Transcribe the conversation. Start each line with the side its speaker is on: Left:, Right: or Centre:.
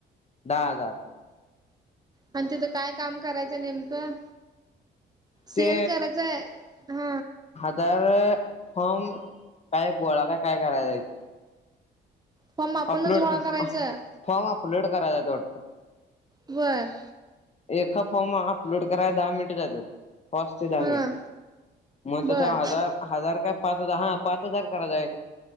Left: दहा हजार.
Right: आणि तिथं काय काम करायचं नेमकं? सेल
Left: ते
Right: कराचाय? ह.
Left: तर फॉर्म, काय गोळा का काय कराय जायचंय.
Right: फॉर्म आपणच
Left: अपलोड,
Right: गोळा करायचं
Left: फॉर्म अपलोड करायलात वाटतं.
Right: व्हय.
Left: एका फॉर्म अपलोड कराय दहा मिनिट जातात. पाच ते दहा
Right: हा
Left: मिनिट. मग
Right: बर
Left: तसा हजार हजार काय पाच हजार, हा पाच हजार करायचाय.